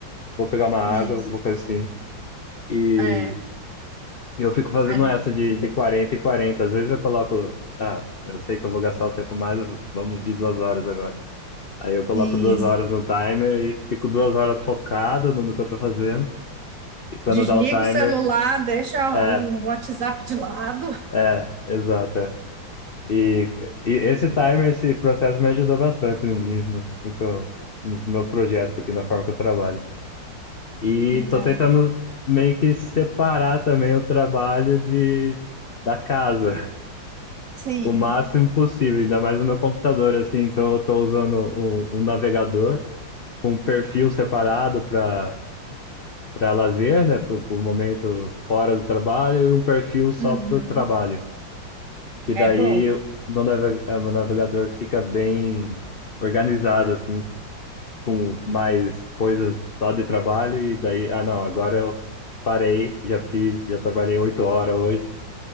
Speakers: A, on the left; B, on the right.
A: vou pegar uma água,
B: isso.
A: alguma coisa assim. E
B: É,
A: eu fico fazendo
B: a-
A: essa de, de 40 e quarenta Às vezes eu coloco, ah, eu sei que eu vou gastar o tempo mais, vamos de duas horas agora. Aí eu coloco
B: isso.
A: duas horas no timer e fico duas horas focado no, no que eu tô fazendo. E quando
B: Desliga
A: dá o timer,
B: o celular, deixa
A: é,
B: o WhatsApp de lado.
A: é, exato. é. E, e esse timer, esse processo me ajudou bastante nisso, no, no que eu- nos meus projetos aqui, na forma que eu trabalho. E
B: Né?
A: tô tentando meio que separar também o trabalho de, da casa, <laughs>
B: Sim.
A: o máximo possível, ainda mais no meu computador, assim. Então eu tô usando um, um navegador com um perfil separado para para lazer, né, por, por momento fora do trabalho, e um perfil só
B: Uhum.
A: para o trabalho. Que
B: É
A: daí
B: bom.
A: o meu, nave- eh, meu navegador fica bem organizado, assim, com mais coisas só de trabalho e daí, ah, não, agora eu parei, já fiz, já trabalhei oito horas hoje,